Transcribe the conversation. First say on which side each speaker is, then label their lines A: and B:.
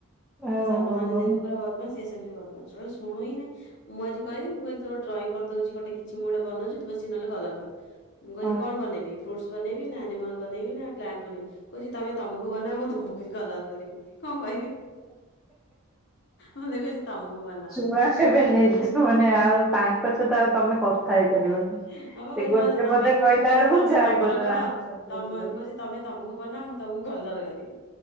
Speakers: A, in the centre; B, on the left.
A: ଓହୋ
B: ସାନ ମାନେ ଯେମତି ପୁରା ବଦମାସ୍ ସିଏ ସେମିତି ବଦମାସ ଟୁଟାଲ ଶୁଣୁ ନାହିଁ। ମୁଁ ଆଜି କହିଲି ମୁଁ କହିଲି ତୋର ଡ୍ରଇଂ କରଦଉଛି ଗୋଟେ କିଛି ମୁଁ ଗୋଟେ ବନଉଛି ତୁ ବସିକି ନହେଲେ କଲର କର। ମୁଁ କହିଲି
A: ହଁ
B: କଣ ବନେଇବି? ଫ୍ରୁଟ୍ସ ବନେଇବି ନା ଆନିମଲ ବନେଇବି ନା ପ୍ଲାଣ୍ଟ ବନେଇବି କହୁଛି ତମେ ତମକୁ ବନାଅ ମୁଁ ତମକୁ କଲର କରିବି। କଣ କହିବି ମତେ କହୁଛି ତମକୁ ବନାଅ।
A: ଛୁଆ ଏବେ ନିଜ ମାନେ ଆଉ ତାଙ୍କ ସହିତ ଆଉ ତମେ କ ଥା ହେଇପାଇପାରିବନି
B: ହଁ ବା
A: ସେ
B: କହୁଛି
A: ଗୋଟେ
B: ମତେ ତମେ
A: ପଦ କହିଲା
B: କହୁଛି
A: ବେଳକୁ
B: ତମେ
A: ଚାରିପଦର
B: ତମର କର
A: ଆସାଂର
B: ତମ
A: ମିଳିବେ।
B: କହୁଛି ତମେ ତମକୁ ବନାଅ ମୁଁ ତମକୁ କଲର କରିବି